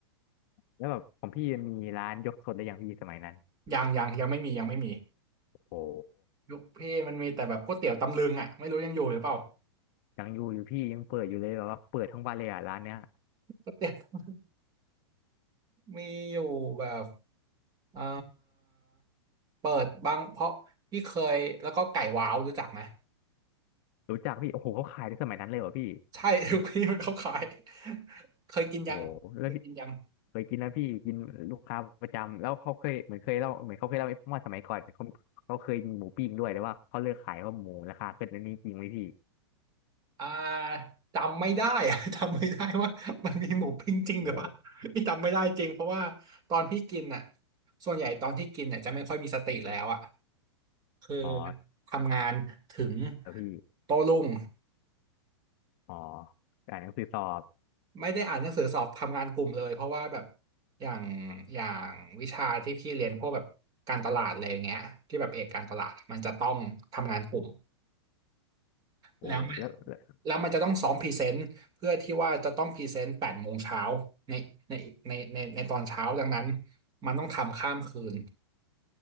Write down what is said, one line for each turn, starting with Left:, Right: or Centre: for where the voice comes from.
Left: แล้วแบบของพี่มีร้านยกทนได้ยังพี่สมัยนั้น
Right: ยังยังยังไม่มียังไม่มี
Left: โอ้
Right: ยุคพี่มันมีแต่แบบก๋วยเตี๋ยวตำลึงอ่ะไม่รู้ยังอยู่หรือเปล่า
Left: ยังอยู่อยู่พี่ยังเปิดอยู่เลยแบบว่าเปิดทั้งวันเลยอ่ะร้านเนี้ย
Right: ก๋วยเตี๋ยวมีอยู่แบบ เอ่อเปิดบางเพราะพี่เคยแล้วก็ไก่ว้าวรู้จักไหม
Left: รู้จักพี่โอ้โหเขาขายในสมัยนั้นเลยเหรอพี่
Right: ใช่ <laughs> ทุกที่มันเขาขายเคยกินยังเคยกินยัง
Left: โอ้แล้วพี่เคยกินแล้วพี่กินลูกค้าประจำแล้วเขาเคยเหมือนเคยเล่าเหมือนเขาเคยเล่าให้ฟังว่าสมัยก่อนเขาเขาเคยมีหมูปิ้งด้วยแต่ว่าเขาเลิกขายเพราะหมูราคาขึ้นอันนี้จริงไหมพี่
Right: อ่าจำไม่ได้อะ <laughs> จำไม่ได้ว่ามันมีหมูปิ้งจริงหรือเปล่า
Left: โอ้
Right: <laughs> พี่จำไม่ได้จริงเพราะว่าตอนพี่กินอ่ะส่วนใหญ่ตอนที่กินเนี่ยจะไม่ค่อยมีสติแล้วอ่ะคือ
Left: อ๋อ
Right: ทำงานถึง
Left: แล้วพี่
Right: โต้รุ่ง
Left: อ๋ออ่านหนังสือสอบ
Right: ไม่ได้อ่านหนังสือสอบทำงานกลุ่มเลยเพราะว่าแบบอย่างอย่างวิชาที่พี่เรียนพวกแบบการตลาดอะไรอย่างเงี้ยที่แบบเอกการตลาดมันจะต้องทำงานกลุ่ม
Left: โอ้แล้วแล้ว
Right: แล้วมันแล้วมันจะต้องซ้อมพรีเซนต์เพื่อที่ว่าจะต้องพรีเซนต์แปดโมงเช้าในในในในในตอนเช้าดังนั้นมันต้องทำข้ามคืน